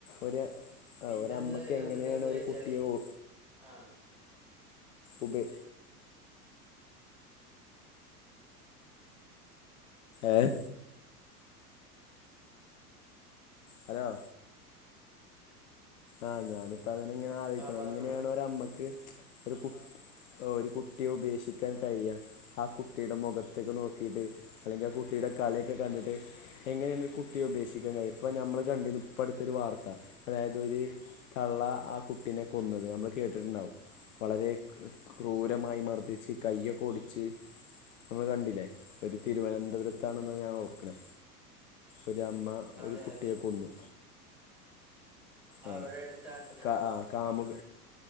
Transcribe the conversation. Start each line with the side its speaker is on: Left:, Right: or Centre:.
Left: ഒര്
Centre: പിന്നെന്ന്
Left: ആഹ് ഒര് അമ്മയ്‌ക്കെങ്ങനെയാണ്
Centre: എന്തെന്ന്
Left: ഒര്
Centre: വെച്ചാല്
Left: കുട്ടിയെ ഉ
Centre: ആഹ്
Left: ഉപേ ഏഹ് ഹലോ ആഹ് ഞാനിപ്പിതന്നെ ആലോയ്ക്കണ്
Centre: ആഹ് പറഞ്ഞോളൂ
Left: എങ്ങനെയാണ് ഒര് അമ്മക്ക് ഒര് കു ഓഹ് ഒര് കുട്ടിയെ ഉപേക്ഷിക്കാൻ കഴിയാ ആഹ് കുട്ടിടെ മൊഖത്തേക്ക് നോക്കിട്ട് അല്ലെങ്കിൽ ആഹ് കുട്ടിടെ കളിയക്കെ കണ്ടിട്ട് എങ്ങനെയാണ് ഈ കുട്ടിയെ ഉപേഷിക്കാൻ കഴിയാ ഇപ്പ ഞമ്മള് കണ്ടിനു ഇപ്പട്ത്തൊരു വാർത്ത അതായത് ഇതൊര് തള്ള ആകുട്ടീനെ കൊന്നത് നമ്മള് കേട്ടിട്ടുണ്ടാവും വളരെ ക്രൂരമായി മർദ്ദിച്ച് കയ്യൊ‌ക്കെ ഒടിച്ച് നമ്മള് കണ്ടില്ലേ ഒര് തിരുവനന്തപുരത്താണെന്ന് ഞാൻ ഓർക്കണേ ഒര് അമ്മ
Centre: അതെ
Left: ഒരു കുട്ടിയെ
Centre: അതെ
Left: കൊന്നു
Centre: അവിടെ
Left: ആഹ്
Centre: അടുത്താണ്
Left: കാ ആഹ് കാമുക